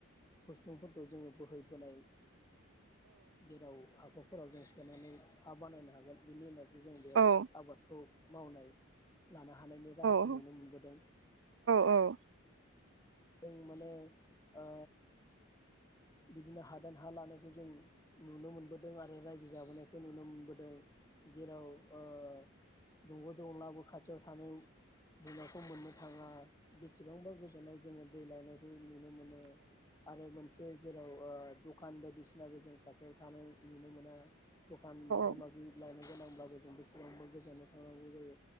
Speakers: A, on the left (about 15°); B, on the right (about 60°).
A: फुसलुंफोरखौ जोङो बोहैबोनाय। जेराव हाखु। फोराव जों सोनानै हा बानायनो हागोन बिनि उनाव। जों बेयाव
B: औ औ
A: आबादखौ। मावनाय। लानो हानायनि राहाखौ
B: औ
A: नुनो मोनबोदों।
B: औ
A: जों माने ओ। बिदिनो हादान हा लानायखौ जों नुनो मोनबोदों आरो रायजो जाबोनायखौ नुनो मोनबोदों। जेराव ओ। दंग' दंलाबो खाथियाव थानो मोननायखौ मोननो थाङा बेसेबांबा गोजानाव जोङो दै लायनायखौ नुनो नो मोनो आरो मोन जाय‌ जेराव ओ दखान बायदिसिनाबो जों खाथियाव थानाय नुनो मोना। दखान माबा
B: औ
A: माबि लायनाय गोनांब्लाबो जों बेसेबांबो गोजानाव थांनांगौ जायो।